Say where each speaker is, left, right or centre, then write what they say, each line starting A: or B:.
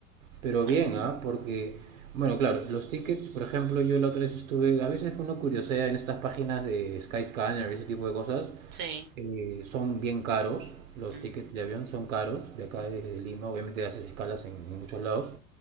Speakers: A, on the right; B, on the right.
A: Pero
B: Ah,
A: bien, ¿ah? Porque, bueno, claro, los tickets, por ejemplo, yo la otra vez estuve, a veces uno curiosea en estas páginas de Skyscanner y ese tipo de cosas,
B: Sí,
A: eh, son bien caros, los
B: ujú,
A: tickets de avión son caros, de acá
B: mm,
A: desde Lima, obviamente haces escalas en, en muchos lados,